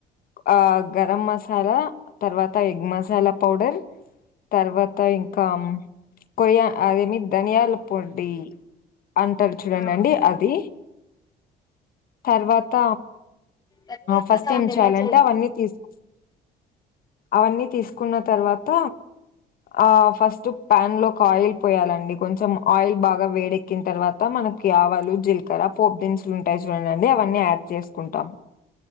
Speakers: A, on the left (about 60°); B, on the left (about 20°).
A: ఆ గరం మసాలా తర్వాత ఎగ్ మసాలా పౌడర్ తర్వాతా ఇంకా కొరియా అదేమి ధనియాల పొడి అంటారు చూడడండి
B: ఆ
A: అది తర్వాత
B: తర్వాత
A: ఫస్ట్
B: దాన్ని
A: ఏం చేయాలంటే
B: ఎలా చేయాలి
A: అవన్నీ తీసుకు అవన్నీ తీసుకున్న తర్వాత ఆ ఫస్ట్ ప్యాన్ లో ఒక ఆయిల్ పోయాలండి కొంచెం ఆయిల్ బాగా వేడే క్కిన తర్వాత మనకి ఆవలు జీలకర్ర పోపు దినుసులు ఉంటాయి చూడండి అవన్నీ యాడ్ చేసుకుంటాము